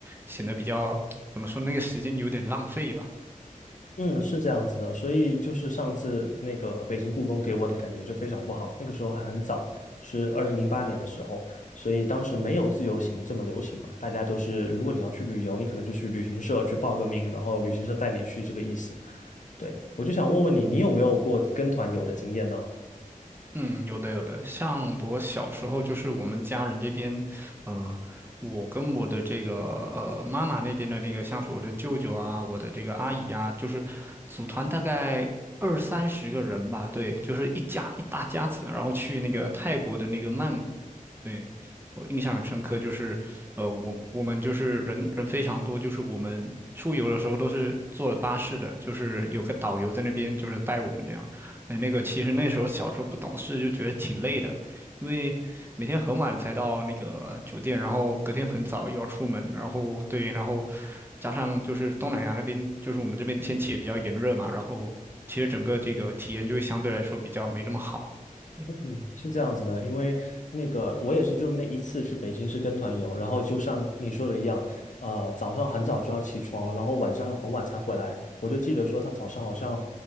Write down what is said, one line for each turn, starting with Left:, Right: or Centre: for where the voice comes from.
Right: 显得比较，怎么说，那个时间有点浪费吧。
Left: 嗯，是这样子的，所以就是上次那个北京故宫给我的感觉就非常不好，那个时候还很早，是二零零八年的时候，所以当时没有自由行这么流行嘛，大家都是如果你要去旅游，你可能就去旅行社去报个名，然后旅行社带你去这个意思。对，我就想问问你，你有没有过跟团游的经验呢？
Right: 嗯，有的有的，像我小时候，就是我们家人这边，呃，我跟我的这个呃妈妈那边的那个，像是我的舅舅啊，我的这个阿姨啊，就是组团大概二三十个人吧，对，就是一家一大家子，然后去那个泰国的那个曼谷，对，我印象很深刻，就是呃，我我们就是人人非常多，就是我们出游的时候都是坐了巴士的，就是有个导游在那边就是带我们这样。哎，那个其实那时候小时候不懂事，就觉得挺累的，因为每天很晚才到那个酒店，然后隔天很早又要出门，然后对，然后加上就是东南亚那边，就是我们这边天气也比较炎热嘛，然后其实整个这个体验就会相对来说比较没那么好。对，
Left: 嗯，是这样子的，因为那个我也是就那一次去北京是跟团游，然后就像你说的一样，呃，早上很早就要起床，然后晚上又很晚才回来。我就记得说他早上好像